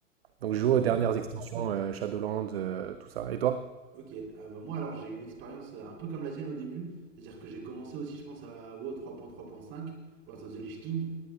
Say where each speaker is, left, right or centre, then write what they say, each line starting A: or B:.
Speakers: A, on the right (about 50°); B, on the right (about 30°).
A: Donc j'ai joué
B: Ah
A: aux
B: ouais.
A: dernières extensions euh, Shadowlands, euh, tout ça. Et toi?
B: Ok. Ah bah moi alors j'ai eu une expérience euh, un peu comme la tienne au début. C'est-à-dire que j'ai commencé aussi je pense à WoW 3.3.5, Lords of the Lich King.